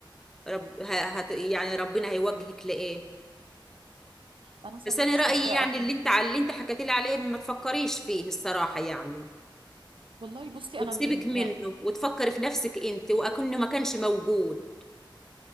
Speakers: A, in the centre; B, on the right.
A: رب... ه... هت... يعني ربنا هيوجهك لإيه
B: ما انا صليت
A: بس انا
B: استخاره
A: رأيي يعني
B: قبل
A: اللي انت على اللي انت حكيت لي عليه ما تفكريش فيه الصراحة يعني
B: والله بصي
A: وتسيبك
B: انا م-
A: منه
B: يعني
A: وتفكري في نفسك انت وأكنه ما كانش موجود